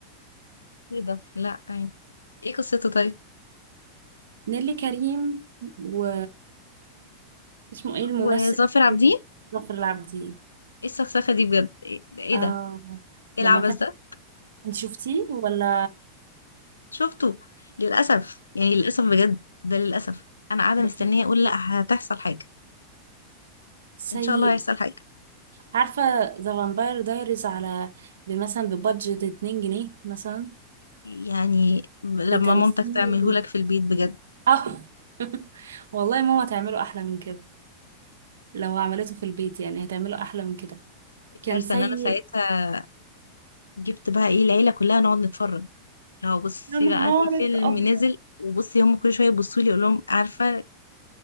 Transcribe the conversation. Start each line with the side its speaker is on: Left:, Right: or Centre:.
Left: ايه ده لا ايه ايه قصته طيب
Right: نيلي كريم و اسمه ايه الممثل
Left: وظافر عابدين
Right: ظافر العابدين
Left: ايه السخسخة دي بجد ايه ده ايه
Right: اه
Left: ده؟ إيه
Right: لما
Left: العبث
Right: كان
Left: ده
Right: انت شفتيه ولا
Left: شفته للأسف يعني للأسف بجد ده للأسف أنا قاعدة
Right: ده
Left: مستنية
Right: سيء
Left: أقول لأ هتحصل حاجة
Right: سيء
Left: إن شاء الله هيحصل حاجة
Right: عارفة ذا فامباير دايريز على مثلا ببادجت 2 جنيه مثلا
Left: يعني لما
Right: بتمثيل
Left: مامتك تعملهولك في البيت بجد
Right: اه <laughs> والله ماما تعمله أحلى من كده لو عملته في البيت يعني هتعمله أحلى من كده
Left: الكارثة
Right: كان سيء
Left: إن أنا ساعتها جبت بقى إيه العيلة كلها نقعد نتفرج لو بصي
Right: يا نهار
Left: بقى في فيلم
Right: أبيض
Left: نزل وبصي هم كل شوية يبصوا لي أقول لهم عارفة